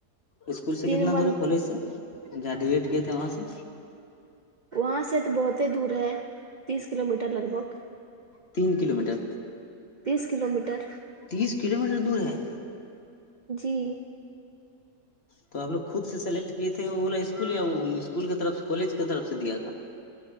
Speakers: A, on the left (about 40°); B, on the right (about 85°).
A: اسکول سے
B: تین
A: کتنا
B: منتھ
A: دور ہے کالج سے جہاں ڈیلیٹ کیے تھے وہاں سے
B: وہاں سے تو بہت ہی دور ہے تیس کلو میٹر لگ بھگ
A: تین کلو میٹر
B: تیس کلو میٹر
A: تیس کلو میٹر دور ہے
B: جی
A: تو آپ لوگ خود سے سلیکٹ کیے تھے وہ والا اسکول یا وہ اسکول کی طرف سے کالج کی طرف سے دیا تھا